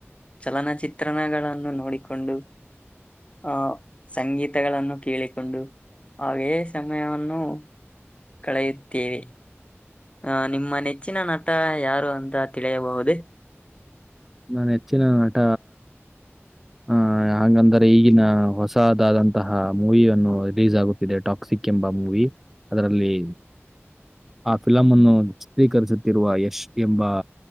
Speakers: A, on the left; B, in the centre.
A: ಚಲನಚಿತ್ರಣಗಳನ್ನು ನೋಡಿಕೊಂಡು. ಆ ಸಂಗೀತಗಳನ್ನು ಕೇಳಿಕೊಂಡು. ಅವೇ ಸಮಯವನ್ನು ಕಳೆಯುತ್ತೇವೆ. ಅಹ ನಿಮ್ಮ ನೆಚ್ಚಿನ ನಟ ಯಾರು ಅಂತ ತಿಳಿಯಬಹುದೇ.
B: ನಾನ್ ಹೆಚ್ಚಿನ ನಟ. ಹ ಹಾಗಂಗಂದ್ರೆ ಈಗಿನ ಹೊಸದಾದಂತಹ ಮೂವಿಯನ್ನು ರಿಲೀಸ್ ಆಗುತ್ತಿದೆ ಟಾಪ್. ಸಿಕ್ಕೆೆಂಬ ಮೂವಿ ಅದರಲ್ಲಿ. ಆ ಫಿಲಂ ಅನ್ನು ಚಿತ್ರೀಕರಿಸುತ್ತಿರುವ ಯಶ್ ಎಂಬ.